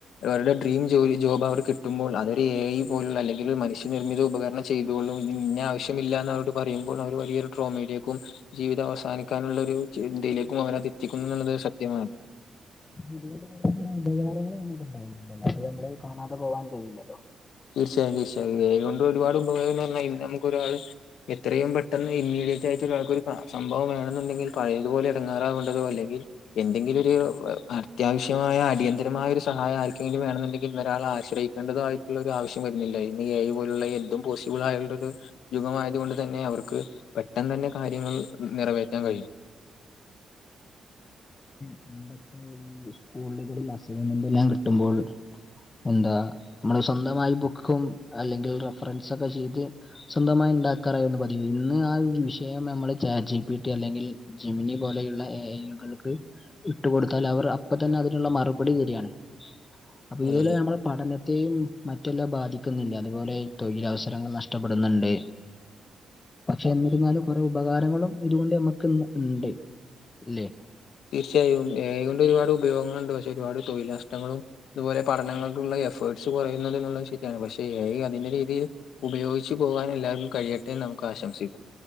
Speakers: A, on the left (about 85°); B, on the left (about 20°).
A: അവരുടെ ഡ്രീം ജോലി ജോബ് അവർ കിട്ടുമ്പോൾ അതൊര് എ ഐ പോലുള്ള അല്ലെങ്കില് മനുഷ്യ നിർമ്മിത ഉപകരണം ചെയ്തോളും നിന്നെ ആ ശ്യമില്ലാന്ന് അവരോട് പറയുമ്പോൾ അവർ വലിയൊരു ട്രോമയിലേക്കും ജീവിതം അവസാനിക്കാനുള്ളയൊരു ചിന്തേയിലേക്കും അവരത് എത്തിക്കുന്നു എന്നത് സത്യമാണ്
B: <unintelligible> ഉപകാരങ്ങൾ <unintelligible> നമ്മള് കാണാതെ പോകാൻ കയില്ലല്ലോ
A: തീർച്ചയായും തീർച്ചയായും എ. ഐ ക്കൊണ്ട് ഒരുപാട് ഉപകാരങ്ങൾ ന്ന് പറഞ്ഞാ ഇന്ന് നമക്ക് ഒരാള് എത്രയും പെട്ടെന്ന് ഇമ്മീഡിയറ്റ് ആയിട്ടൊരു ഒരാൾക്കൊരു കാ സംഭവം വേണെന്നുണ്ടെങ്കിൽ പഴയതുപോലെ എടങ്ങാറാവേണ്ടല്ലോ അല്ലെങ്കിൽ എന്തെങ്കിലൊരു അത്യാവശ്യമായ അടിയന്തരമായ ഒരു സഹായം ആർക്കെങ്കില് വേണെന്നുണ്ടെങ്കിൽ വേറാളെ ആശ്രയി വേണ്ടതായിട്ടുള്ള ഒരു ആവശ്യം വരുന്നില്ല ഇന്ന് ഈ എ. ഐ പോലുള്ള എന്തും പോസിബിൾ ആയിള്ളൊരു യുഗമായതുകൊണ്ട് തന്നെ അവർക്ക് പെട്ടെന്ന് തന്നെ കാര്യങ്ങൾ നിറവേറ്റാൻ കഴിയും
B: പണ്ടൊക്കെ ഈ സ്കൂൾകളിൽ അസൈൻമെന്റ് എല്ലാം കിട്ടുമ്പോൾ എന്താ മ്മള് സ്വന്തമായി ബുക്കും അല്ലെങ്കിൽ റഫറൻസ് ഒക്കെ ചെയ്ത് സ്വന്തമായി ഉണ്ടാക്കാറായിരിന്നു പതിവ് ഇന്ന് ആ ഒരു വിഷയം അമ്മള് ചാറ്റ്. ജി. പി. ട്ടി അല്ലെങ്കിൽ ജെമിനി പോലെയുള്ള എ. ഐ യുകൾക്ക് ഇട്ട് കൊടുത്താല് അവർ അപ്പൊ തന്നെ അതിനുള്ള മറുപടി തരണ്
A: കഴിയും
B: അപ്പൊ ഇതില് അമ്മള് പഠനത്തെയും മറ്റെല്ലാ ബാധിക്കുന്നില്ലെ അതുപോലെ തൊഴിലവസരങ്ങൾ നഷ്ടപ്പെടുന്ന്ണ്ട് പക്ഷെ എന്നിരിന്നാലും കൊറെ ഉപകാരങ്ങളും ഇതുകൊണ്ട് ഹമ്മക്ക് ഇണ്ട് ല്ലേ
A: തീർച്ചയായും എ. ഐ ക്കൊണ്ട് ഒരുപാട് ഉപയോഗങ്ങൾ ഇണ്ട് പക്ഷെ ഒരുപാട് തൊഴിൽ നഷ്ടങ്ങളും ഇതുപോലെ പഠനങ്ങൾക്കുള്ള എഫേർട്സ് കൊറയുന്നത് എന്നുള്ളത് ശെരിയാണ് പക്ഷെ എ. ഐ. അതിന്റെ രീതിയിൽ ഉപയോഗിച്ചു പോകാൻ എല്ലാർക്കും കഴിയട്ടെന്ന് നമുക്ക് ആശംസിക്കാം